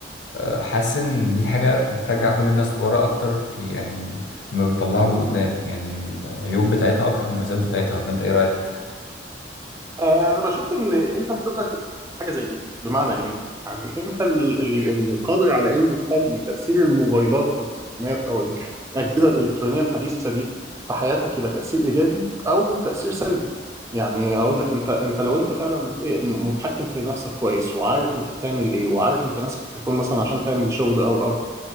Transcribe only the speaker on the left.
آه، حاسس ان دي حاجة بترجع كل الناس لورا اكتر يعني ما بتطلعهم لقدام يعني العيوب بتاعتها اكتر من المميزات بتاعتها ولا انت ايه رايك